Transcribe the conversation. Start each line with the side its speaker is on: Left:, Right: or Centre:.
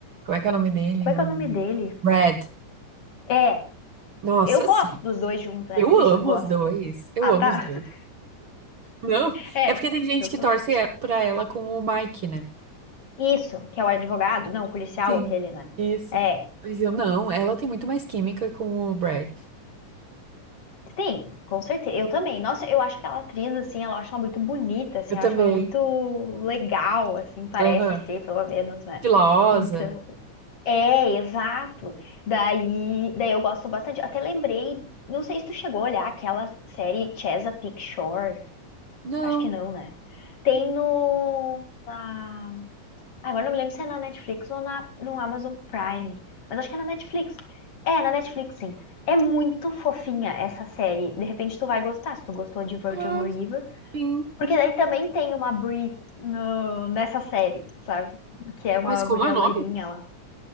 Right: é que é o nome dele?
Left: Qual é
Right: O
Left: que é o nome dele?
Right: Red.
Left: É,
Right: Nossa,
Left: eu gosto
Right: sim.
Left: dos dois juntos, né?
Right: Eu
Left: Não sei
Right: amo
Left: se tu gosta.
Right: os dois. Eu
Left: Ah,
Right: amo
Left: tá.
Right: os dois.
Left: <laughs>
Right: Não,
Left: É,
Right: é porque tem gente
Left: eu
Right: que
Left: tô.
Right: torce e- pra ela com o Mike, né?
Left: Isso, que é o advogado, não, o policial
Right: Sim,
Left: aquele, né?
Right: isso.
Left: É,
Right: Mas eu não, ela tem muito mais química com o Brad.
Left: sim, com certeza. Eu também. Nossa, eu acho aquela atriz, assim, ela eu acho ela muito bonita, assim,
Right: Eu
Left: eu
Right: também.
Left: acho ela muito legal, assim, parece
Right: Aham.
Left: ser, pelo menos, né?
Right: Filosa.
Left: Então, é, exato. Daí, daí eu gosto bastante. Até lembrei, não sei se tu chegou a olhar aquela série Chesapeake Shore.
Right: Não.
Left: Acho que não, né? Tem no, na- Agora não me lembro se é na Netflix ou na, no Amazon Prime, mas acho que é na Netflix. É, na Netflix, sim. É muito fofinha essa série. De repente tu vai gostar, se tu gostou de Virgin
Right: Ah,
Left: River.
Right: sim.
Left: Porque daí também tem uma Brie no- nessa série, sabe? Que é uma
Right: Mas como
Left: guria
Right: é o
Left: loirinha
Right: nome?
Left: lá.